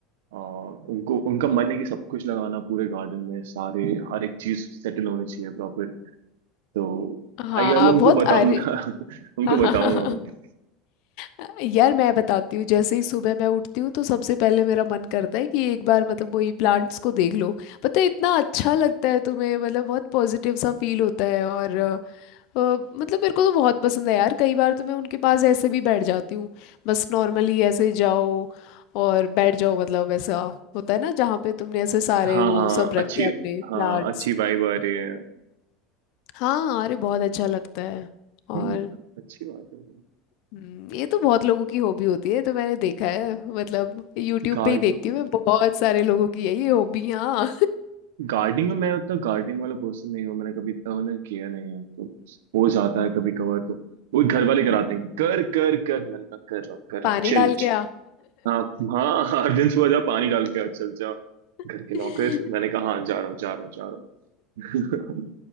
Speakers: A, on the right; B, on the left.
A: अ, उनको उनका मन है कि सब कुछ लगाना पूरे गार्डन में सारे हर एक चीज सेटल होनी चाहिए प्रॉपर तो
B: हाँ
A: आई गेस मैं उनको
B: बहुत
A: बताऊँ
B: अरे
A: <laughs> उनको
B: हाँ
A: बताऊंगा
B: हाँ हाँ हाँ।
A: मैं।
B: <laughs> यार मैं बताती हूँ जैसे ही सुबह मैं उठती हूँ तो सबसे पहले मेरा मन करता है कि एक बार मतलब वही प्लांट्स को देख लो पता है इतना अच्छा लगता है तुम्हें मतलब बहुत पॉजिटिव सा फील होता है और अ, अ, मतलब मेरे को तो बहुत पसंद है यार कई बार तो मैं उनके पास ऐसे भी बैठ जाती हूँ बस नॉर्मली ऐसे जाओ और बैठ जाओ मतलब ऐसा होता है ना जहाँ पे तुमने ऐसे सारे
A: हाँ
B: वो
A: हाँ
B: सब रखे
A: अच्छी
B: हैं अपने
A: हाँ
B: प्लांट्स
A: अच्छी वाइब आ रही है
B: हाँ अरे बहुत अच्छा लगता है और
A: हम्म अच्छी बात है
B: हम्म, ये तो बहुत लोगों की हॉबी होती है ये तो मैंने देखा है मतलब यूट्यूब
A: गार्डन
B: पे ही देखती हूँ मैं बहुत सारे लोगों की है ये हॉबी हाँ
A: गार्डनिंग
B: <laughs>
A: में मैं उतना गार्डनिंग वाला पर्सन नहीं हूँ मैंने कभी इतना मैंने किया नहीं है तो हो जाता है कभी कभार तो वो घर वाले कराते हैं कि कर कर कर मैंने कहा कर रहा हूँ कर रहा
B: पानी
A: हूँ चिल
B: डाल के आ
A: हाँ हाँ हर दिन सुबह जा पानी डाल के आ चल जा
B: <laughs>
A: घर के नौकर मैंने कहा हाँ जा रहा हूँ जा रहा हूँ जा रहा हूँ